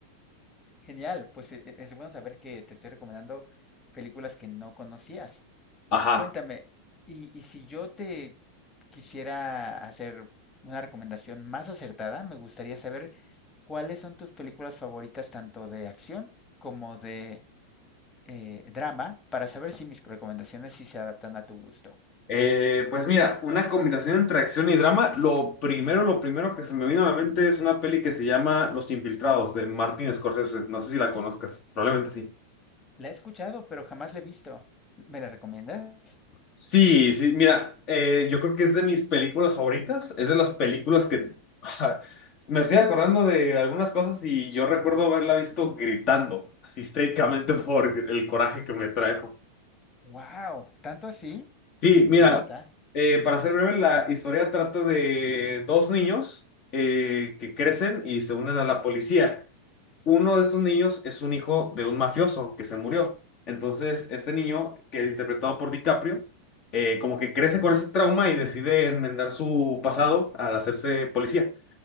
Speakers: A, on the left; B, on the left.
A: Genial, pues eh, eh, es bueno saber que te estoy recomendando películas que no conocías.
B: Ajá.
A: Cuéntame, y, y si yo te quisiera hacer una recomendación más acertada, me gustaría saber cuáles son tus películas favoritas, tanto de acción como de eh, drama, para saber si mis recomendaciones sí se adaptan a tu gusto.
B: Eh, pues mira, una combinación entre acción y drama. Lo primero, lo primero que se me vino a la mente es una peli que se llama Los Infiltrados de Martin Scorsese. No sé si la conozcas, probablemente sí.
A: La he escuchado, pero jamás la he visto. ¿Me la recomiendas?
B: Sí, sí, mira, eh, yo creo que es de mis películas favoritas, es de las películas que <laughs> me estoy acordando de algunas cosas y yo recuerdo haberla visto gritando, así histéricamente <laughs> por el coraje que me trajo.
A: ¡Wow! ¿Tanto así?
B: Sí, mira,
A: De gritar.
B: eh, para ser breve, la historia trata de dos niños eh, que crecen y se unen a la policía. Uno de esos niños es un hijo de un mafioso que se murió. Entonces, este niño, que es interpretado por DiCaprio, eh, como que crece con ese trauma y decide enmendar su pasado al hacerse policía.